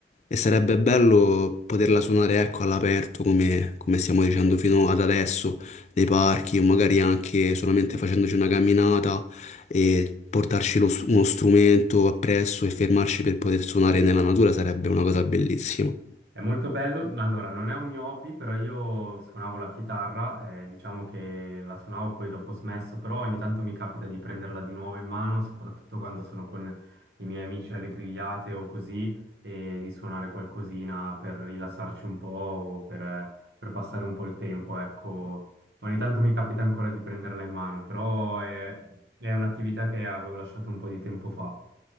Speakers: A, on the left; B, on the right.
A: E sarebbe bello poterla suonare, ecco, all'aperto, come, come stiamo dicendo fino ad adesso, nei parchi o magari anche solamente facendoci una camminata e portarci lo s- uno strumento appresso e fermarci per poter suonare nella natura sarebbe una cosa bellissima.
B: È molto bello, allora non è un mio hobby, però io suonavo la chitarra, eh, diciamo che la suonavo poi dopo ho smesso, però ogni tanto mi capita di prenderla di nuovo in mano, soprattutto quando sono con i miei amici alle grigliate o così, e di suonare qualcosina per rilassarci un po' o per, per passare un po' il tempo, ecco. Ogni tanto mi capita ancora di prenderla in mano, però è, è un'attività che avevo lasciato un po' di tempo fa.